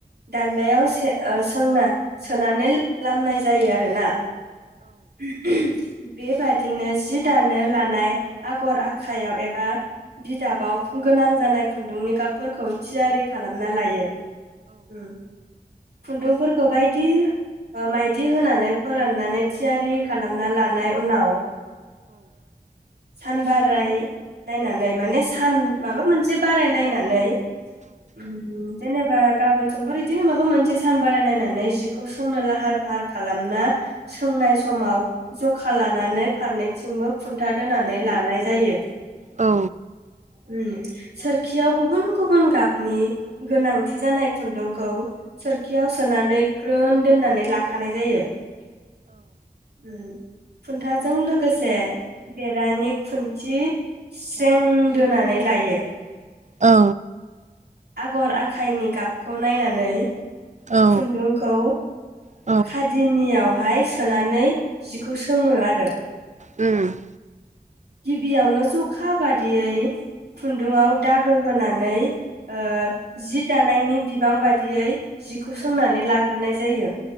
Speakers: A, on the right (about 80°); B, on the right (about 45°).
A: दान्दायाव से सोंना सोनानै लामनाय जायो आरोना। <unintelligible> बेबादिनो जि दानो लानाय आगर आखाइयाव एबा बिदाबाव गोनां जानाय खुन्दुंनि गाबफोरखौ थियारि खालामना लायो उम खुन्दुंफोरखौ बायदि माइदि होनानै फोराननानै थियारि खालामना लानाय उनाव सानबाराय नायनानै माने सान माबा मोनसे बाराय नायनानै उम जेनेबा गाबोन संफोर बिदिनो माबा मोनसेसो सान बारायनायनानै जि खौ सोंनो लाहार फाहार खालाम ना सोंनाय समाव जखा खा लानानै फारनैथिंबो खुन्था दोनानै लानाय जायो
B: औ
A: उम सोरखियाव गुबुन गुबुन गाबनि गोनांथि जानाय खुन्दुंखौ कियाव सोनानै ग्रोन दोननानै लाखानाय जायो ओम खुन्थाजों लोगो लोगोसे बेरानि खुन्थि स्रें दोनानै लायो
B: औ
A: आगर आखाइनि गाबखौ नायनानै
B: औ
A: खुन्दुंखौ
B: औ उम औ
A: खादिनियाव बहाय सोनानै जिखौ सोङो आरो
B: उम
A: गिबियावनो जखा बादियै खुन्दुाव दागो होनानै ओ जि दानायनि बिबां बायदियै जिखौ सोंनानै लाग्रोनाय जायो।